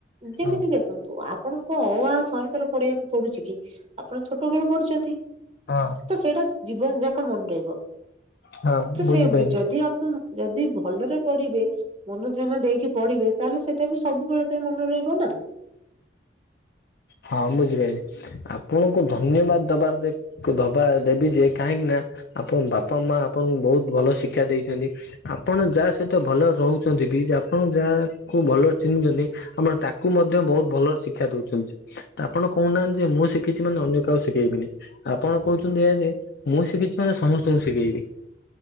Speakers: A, on the right; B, on the left.
A: ଯେମିତି
B: ହଁ
A: ଦେ ଖନ୍ତୁ ଆପଣଙ୍କ ଅ ଆ ସହେ ଥର ପଡିବା ପଡୁଚି କି? ଆପଣ ଛୋଟ ବେଳୁ ପଢୁଚନ୍ତି।
B: ହଁ
A: ତ ସେଇଟା ଜୀବନ ଯା <unintelligible> ତ
B: ହଁ ବୁଝିପାଇଲି।
A: ସେମତି ଯଦି ଆପଣ ଯଦି ଭଲରେ ପଡିବେ ମନ ଧ୍ୟାନ ଦେଇକି ପଢିବେ ତାହେଲେ ସେଟା ବି ସବୁବେଳ ପାଇଁ ମନେ ରହିବ ନା?
B: ହଁ ବୁଝିପାଇଲି। ଆପଣଙ୍କୁ ଧନ୍ୟବାଦ ଦବାର ଦବା ଦେବି ଯେ କାହିଁକି ନା ଆପଣ ବାପା ମା ଆପଣଙ୍କୁ ବହୁତ ଭଲ ଶିକ୍ଷା ଦେଇଛନ୍ତି ଆପଣ ଯାଆ ସ ଏତେ ଭଲ ରହୁଚନ୍ତି ବି ଆପଣ ଯାହାକୁ ଭଲ ଚିହ୍ନିଚନ୍ତି ଆମର ତାକୁ ମଧ୍ୟ ବହୁତ ଭଲ ଶିକ୍ଷା ଦଉଚନ୍ତି। ତ ଆପଣ କହୁନାହାନ୍ତି ଯେ ମୁଁ ଶିଖିଚି ମାନେ ଅନ୍ୟ କହାକୁ ଶିଖେଇବିନି। ଆପଣ କହୁଚନ୍ତି ଏହା ଯେ ମୁଁ ଶିଖିଚି ମାନେ ସମସ୍ତଙ୍କୁ ଶିଖେଇବି।